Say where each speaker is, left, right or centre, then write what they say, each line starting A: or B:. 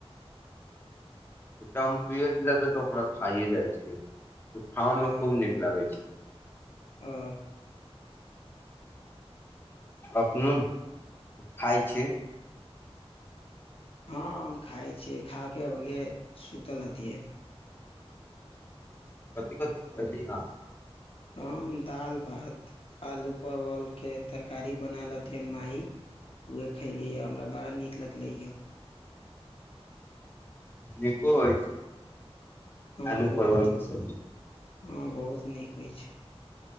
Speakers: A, on the left; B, on the left.
A: एक दम पेस्ट रहतक त ओकरा खाइए जाइ छै। खनमे
B: ओ
A: खूब नीक लागै छै।
B: ओ
A: अपनो खाइ छ।
B: हँ, हम खाइ छियै खा कऽ अगे सुतल हतियै।
A: कथी कथी खईली ह।
B: हम दालि भात, आलू परवलके तरकारी बनायल हथिियनि माइ उह खयलिय हए, हमरा बड़ा नीक लगलैए।
A: निको होइ छै।
B: हँ,
A: आलू
B: बहुत
A: परवल
B: नहि। हँ,
A: के सब्जी
B: बहुत नीक होइ छै।